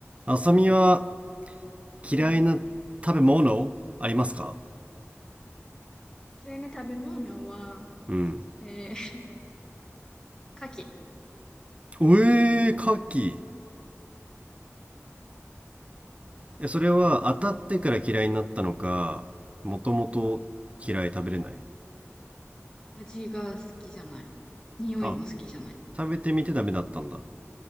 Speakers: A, on the right; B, on the left.
A: あさみは
B: うん。
A: 嫌いな食べ物ありますか
B: 嫌いな食べ物は、
A: うん。
B: えー、牡蠣。
A: おえー、牡蠣。え、それは当たってから嫌いになったのか、
B: うん、うん。
A: もともと嫌い食べれない
B: 味が好きじゃない。匂いも好きじゃない。
A: あ、食べてみてダメだったんだ。